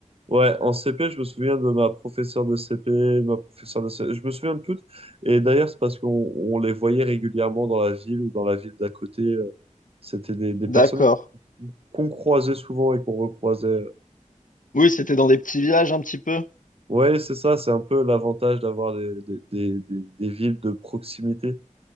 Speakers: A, on the right; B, on the left.
A: Ouais, en CP, je me souviens de ma professeure de CP, de ma professeure de CE. Je me souviens de toutes. Et d'ailleurs, c'est parce qu'on on les voyait régulièrement dans la ville ou dans la ville d'à côté. euh, C'était des, des
B: D'accord.
A: personnes qu'on croisait souvent et qu'on recroisait
B: Oui, c'était dans des petits villages un petit peu.
A: Ouais, c'est ça, c'est un peu l'avantage d'avoir des, des, des, des- des villes de proximité.